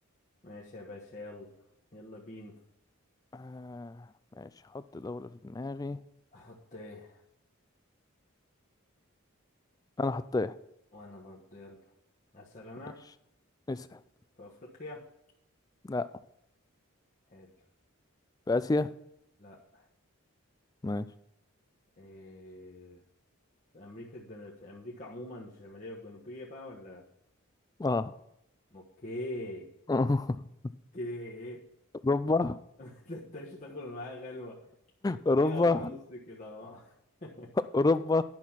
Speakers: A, on the left; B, on the left.
A: ماشي يا باشا يلا يلا بينا
B: آه ماشي حط دولة في دماغي
A: احط ايه
B: انا حطيت
A: وانا برضه يلا اسال انا
B: ماشي اسأل
A: في افريقيا
B: لا
A: حلو
B: في اسيا
A: لا
B: ماشي
A: إيه في امريكا الجن... في امريكا عموما الشمالية والجنوبية بقى ولا
B: اه
A: اوكي
B: <laughs>
A: اوكي
B: اوروبا
A: <laughs> ده انت مش هتاخد معايا غلوة دقيقة
B: اوروبا
A: ونص كده اهو <laughs>
B: اوروبا